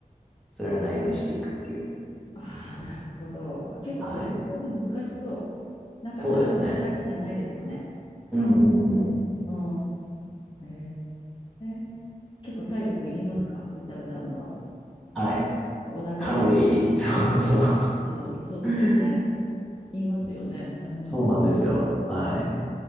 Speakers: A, in the centre; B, on the left.
A: 釣られないようにしていくっていう。
B: ああ、なるほど。結構それはそれで難しそう。
A: はい。
B: なんかただ歌うだけじゃないですよね。
A: そうですね。うんうんうん。
B: うん。へえ。結構体力いりますか歌歌うのは。
A: はい。
B: お腹に力。
A: カロリー、<laughs> そうそうそう。
B: うん、そうそう。
A: <laughs>
B: ね言いますよね。うん。
A: そうなんですよ。はい。